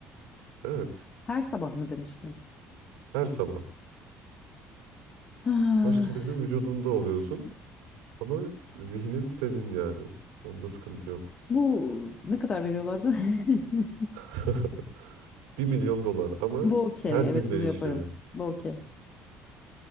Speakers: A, on the right; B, on the left.
A: Evet,
B: Her sabah mı demiştin?
A: her sabah.
B: Ah,
A: Başka birinin vücudunda oluyorsun ama zihnin senin yani. Onda sıkıntı yok.
B: bu ne kadar veriyorlardı? <laughs>
A: <laughs> Bir milyon dolar ama
B: Bu okey.
A: her gün
B: Evet
A: değişiyor.
B: bunu yaparım. Bu okey.